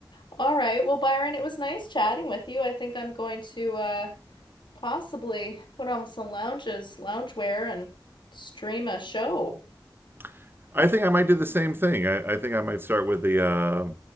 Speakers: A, on the left (about 75°); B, on the right (about 25°).
A: All right. Well, Byron, it was nice chatting with you. I think I'm going to uh possibly put on some lounges, loungewear and stream a show.
B: <laughs> I think I might do the same thing. I, I think I might start with the uh,